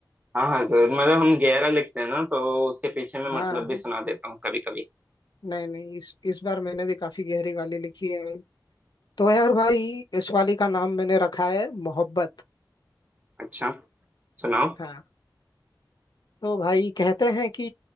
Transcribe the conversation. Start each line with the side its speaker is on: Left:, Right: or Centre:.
Right: हाँ हाँ जरूर मतलब हम गहरा लिखते हैं ना तो उसके पीछे मैं
Left: हाँ
Right: मतलब भी
Left: हाँ।
Right: सुना देता हूँ कभी कभी
Left: नहीं नहीं इस इस बार मैंने भी काफी गहरी वाली लिखी है भाई तो यार भाई इस वाली का नाम मैंने रखा है मोहब्बत
Right: अच्छा सुनाओ
Left: हाँ तो भाई कहते हैं कि